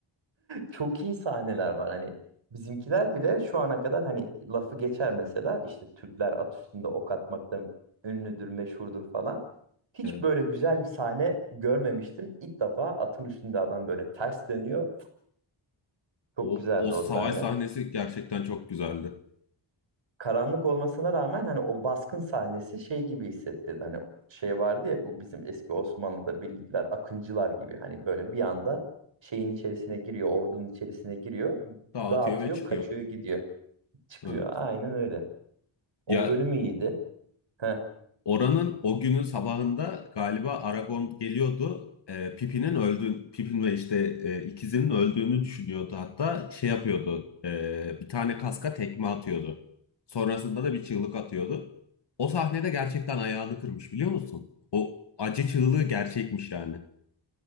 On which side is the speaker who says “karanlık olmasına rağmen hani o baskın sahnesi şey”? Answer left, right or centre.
Right